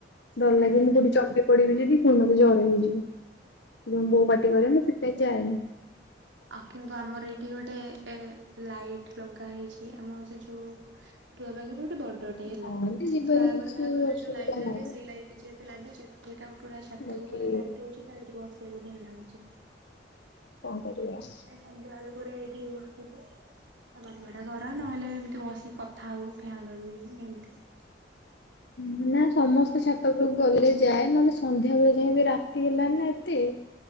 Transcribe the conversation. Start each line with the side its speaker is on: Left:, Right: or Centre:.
Left: ଡର
Right: ହୁଁ
Left: ଲାଗେ ମୁଁ କୋଠି ଚମକି ପଡିବି ଯଦି ପୁଣି ମତେ ଜର ହେଇଯିବ ପୁଣି ବୋଉ ପାଟି କରେ ପେ ଯାଏନି
Right: ଆଉ କିନ୍ତୁ ଆମର ଏଇଠି ଗୋଟେ ଏ ଲାଇଟ ଲଗା ହେଇଛି ଆମ ସେ ଯୋଉ ଟୁଆ ପାଖରେ ଗୋଟେ ବଡଟେ ହେଲା
Left: ହଁ
Right: କିନ୍ତୁ
Left: ଯିବାରେ
Right: ବାହାଘର
Left: କିଛି
Right: ଫାଘର
Left: ଅସୁବିଧା
Right: ରେ ଯୋଉ ଲାଇଟ୍ ଲାଗେ
Left: ନାହିଁ
Right: ସେଇ ଲାଇଟ୍ ଲାଗିଛି ତ ଏଇଟାକୁ ପୁରା ଛାତ
Left: ବାକି
Right: କୁ ପୁରା ଲାଇଟ୍ ହଉଛି ତ ଏଠି ବସିବାକୁ ଭଲ ଲାଗୁଛି।
Left: କଣ କରିବା
Right: ସନ୍ଧ୍ୟା ବେଳୁ ପୁରା ଏଇଠି ବସିଚି <unintelligible> ନହେଲେ ଏମିତି ବସିକି କଥା ହଉ ଫ୍ୟନ୍ ଲଗେଇଦେଇକି ଏମତି ଆଉ
Left: ହଁ ନାଇଁ ସମସ୍ତେ ଛାତ ଆ ଗଲେ ଯାଏ ନହେଲେ ସନ୍ଧ୍ୟା ବେଳେ ଯାଇ ବିି ରାତି ହେଲାନି ନା ଏତେ